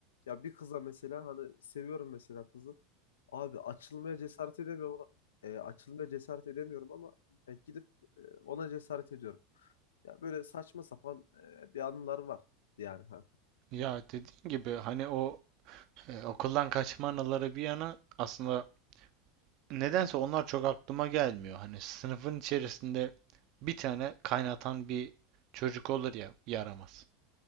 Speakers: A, on the left (about 85°); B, on the right (about 55°).
A: ya bir kıza mesela hani seviyorum mesela kızı. Abi açılmaya cesaret edemiyorum. E, açılmaya cesaret edemiyorum ama e, gidip e, ona cesaret ediyorum. Ya böyle saçma sapan e, bir anılar var yani kanka.
B: Ya dediğin gibi hani o e, okuldan kaçma anıları bir yana aslında nedense onlar çok aklıma gelmiyor. Hani sınıfın içerisinde bir tane kaynatan bir çocuk olur ya yaramaz.